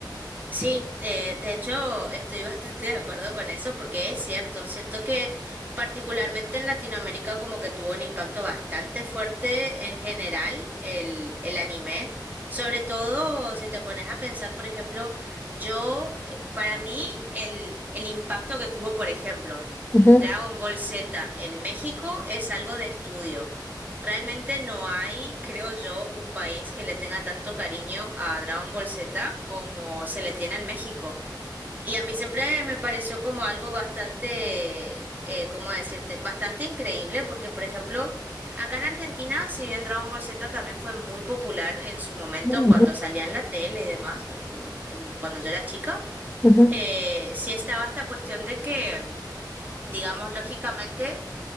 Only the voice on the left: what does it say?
Ujú,
ujú,
ujú.